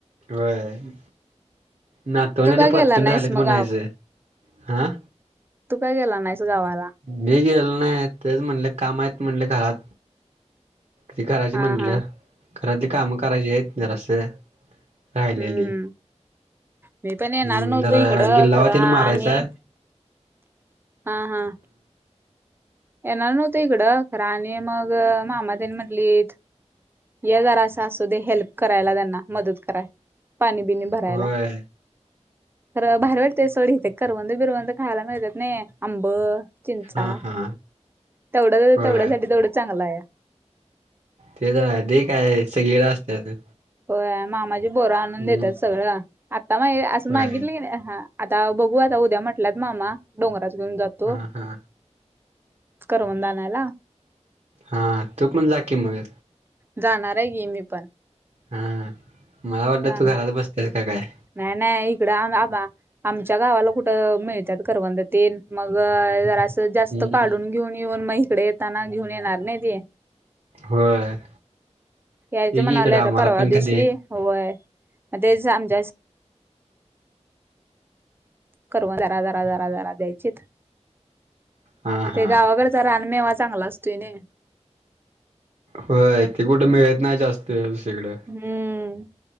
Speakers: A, on the right; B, on the right.
A: व्हयं. नातवंड
B: तू का
A: परतूड
B: गेला नाहीस
A: झालेत
B: मग
A: म्हणायचं आ.
B: तु का गेला नाहीस गावाला.
A: मी गेलो नाय तेच म्हणलं, काम हायतं म्हणलं घरात. ती कराची
B: हा
A: म्हलं
B: हा
A: घरातली कामं करायची, हायतं जराशी राहिलेली.
B: हम्म हम्म मी पण येणार
A: हम्म
B: नव्हतो.
A: जरा
B: इकडं
A: गिल्लावा
B: खरं
A: तेन
B: आणि,
A: मारायचा
B: हा हा. येणार नव्हतो हिकडं खरं, आणि मग मामातेन म्हटलीत. ये जरासं असूदे हेल्प करायला, मदत करायला पाणी बिनी भरायला.
A: होय
B: खरं भारी वाटतंय सोड इथं, करवंद बिरवंद खायला मिळत्यातनी आंब चिंचा.
A: हा हा
B: तेवढं
A: होय
B: तेवढ्यासाठी तेवढंच चांगलं हाया.
A: ते तर काय, ते काय सगळीकडं असत्यात.
B: हो मामाची पोरं आणून
A: हम्म
B: देतात सगळं, आता मा असं
A: होय
B: मागितलं की हा. आता बघू आता उद्या म्हटल्यात, मामा डोंगरात घेऊन जातो.
A: हा हा.
B: करवंद आणायला.
A: हां तु पण जा, की मग.
B: जाणाराय की मी पण.
A: हा मला वाटलं
B: जाणार
A: की तू, घरात बसत्यास का काय.
B: नाही नाही इकडं आम आबा. आमच्या गावाला कुठं मिळत्यात करवंद तेन मग जरासं. त जास्त
A: हम्म
B: काढून घेऊन येऊन मग इकडं येताना घेऊन येणार नाही ते.
A: होय.
B: यायचं
A: ये
B: म्हणालोय
A: की इकडं आम्हाला
B: आता परवा
A: पण
B: दिवशी,
A: कधी
B: व्हयं तेच आमच्या. करवंद जरा जरा जरा जरा द्यायचित
A: हा
B: ते
A: हा
B: गावाकड. रानमेवा चांगला असतोय नी.
A: होय ते, कुठं मिळत नाही जास्त. ते दुसरीकडं
B: हम्म